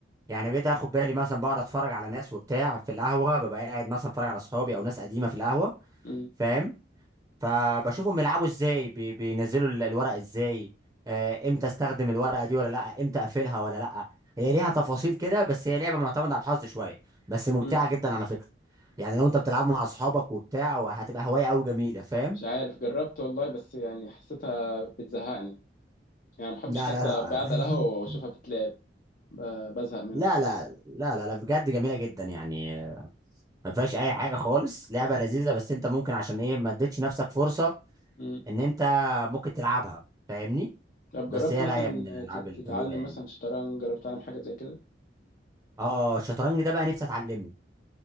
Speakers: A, on the right; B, on the left.
A: يعني بقيت اخد بالي مثلا بقعد اتفرج على ناس وبتاع في القهوه ببقى قاعد مثلا اتفرج على صحابي او ناس قديمه في القهوه
B: امم
A: فاهم فبشوفهم بيلعبوا ازاي بي- بينزلوا ال- الورق ازاي آه، امتى استخدم الورقه دي ولا لا امتى اقفلها ولا لا هي ليها تفاصيل كده بس هي لعبه معتمده على الحظ شويه بس ممتعه
B: امم
A: جدا على فكره يعني لو انت بتلعب مع اصحابك وبتاع وهتبقى هوايه قوي جميله فاهم
B: مش عارف جربت والله بس يعني حسيتها بتزهقني يعني ما بحبش
A: لا
B: حتى
A: لا لا
B: أبقى قاعد على القهوة واشوفها
A: <laughs>
B: بتتلعب ب- بزهق منها
A: لا
B: بصراحة
A: لا لا لا لا بجد جميله جدا يعني ما فيهاش اي حاجه خالص لعبه لذيذه بس انت ممكن عشان ايه ما اديتش نفسك فرصه
B: مم.
A: ان انت ممكن تلعبها فاهمني
B: طب
A: بس
B: جربت
A: هي
B: مثلا
A: لا هي من الالعاب
B: ت-
A: الجميله
B: تتعلم
A: يعني
B: مثلا شطرنج جربت تتعلم حاجة زي كده
A: اه الشطرنج ده بقى نفسي اتعلمه